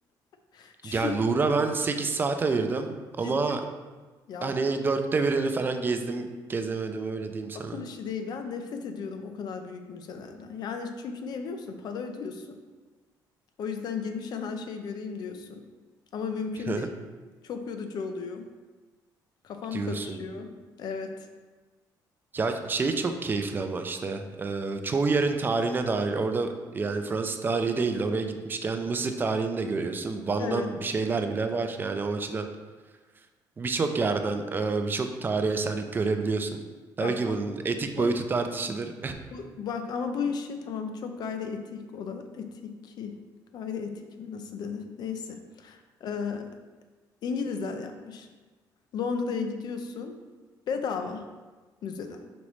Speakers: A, on the left; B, on the right.
A: <laughs> Çünkü
B: Ya Louvre'a ben 8 saat ayırdım ama
A: ciddi ya
B: hani dörtte birini falan gezdim gezemedim öyle diyeyim sana.
A: akıl işi değil. Ben nefret ediyorum o kadar büyük müzelerden. Yani çünkü niye biliyor musun? Para ödüyorsun. O yüzden girmişken her şeyi göreyim diyorsun. Ama mümkün
B: <laughs>
A: değil. Çok yorucu oluyor. Kafam
B: Diyorsun.
A: karışıyor. Evet.
B: Ya şey çok keyifli ama işte e, çoğu yerin tarihine dair orada yani Fransız tarihi değil oraya gitmişken Mısır tarihini de görüyorsun. Van'dan
A: Evet.
B: bir şeyler bile var yani o açıdan birçok yerden e, birçok tarihi eser görebiliyorsun. Tabii
A: Bak
B: ki
A: o-
B: bunun etik
A: bu,
B: boyutu tartışılır.
A: bu- bak ama bu işi tamam çok gayri etik olarak etiki gayri etik mi nasıl denir? Neyse. Ee, İngilizler yapmış. Londra'ya gidiyorsun bedava müzeler.